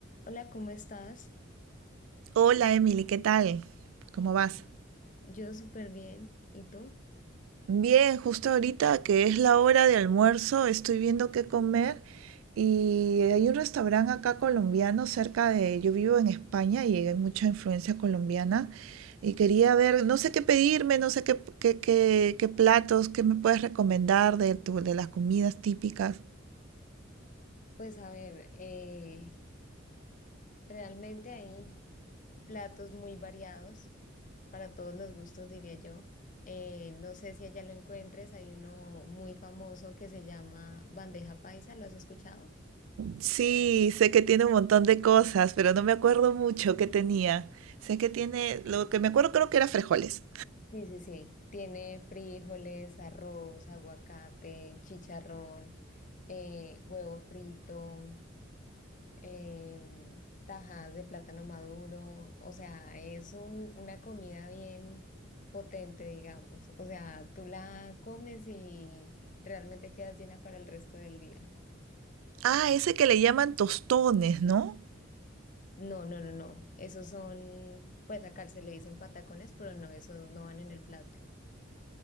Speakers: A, on the left; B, on the right.
A: Hola, ¿cómo estás?
B: Hola Emily, ¿qué tal? ¿Cómo vas?
A: Yo súper bien. ¿Y tú?
B: Bien, justo ahorita que es la hora de almuerzo, estoy viendo qué comer y hay un restaurante acá colombiano cerca de, yo vivo en España y hay mucha influencia colombiana y quería ver, no sé qué pedirme, no sé qué, qué, qué, qué platos, qué me puedes recomendar de tu, de las comidas típicas.
A: Pues a ver, eh, realmente hay platos muy variados para todos los gustos, diría yo. Eh, no sé si allá lo encuentres, hay uno muy famoso que se llama bandeja paisa, ¿lo has escuchado?
B: Sí, sé que tiene un montón de cosas, pero no me acuerdo mucho qué tenía. Sé que tiene, lo que me acuerdo creo que era frijoles.
A: Sí, sí, sí. Tiene frijoles, arroz, aguacate, chicharrón, eh, huevo frito. em, tajadas de plátano maduro, o sea, es un- una comida bien potente, digamos. O sea, tú la comes y realmente quedas llena para el resto del día.
B: Ah, ese que le llaman tostones, ¿no?
A: No, no, no, no. Esos son, pues acá se le dicen patacones, pero no, esos no van en el plato.